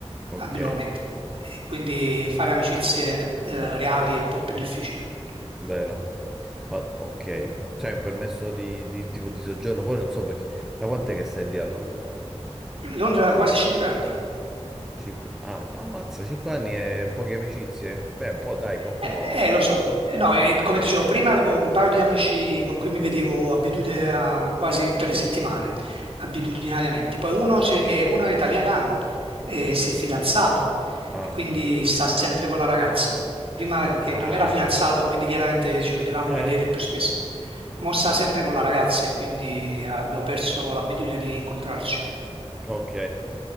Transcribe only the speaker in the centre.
Ok,
vero? Ma ok, c'hai un permesso di, di tipo di soggiorno, poi non so perché. Da quant'è che stai lì a Londra?
Cinque... Ah, ammazza, cinque anni e poche amicizie? Beh, un po' dai, qualcuno...
Ah,
ah,
eh,
ok,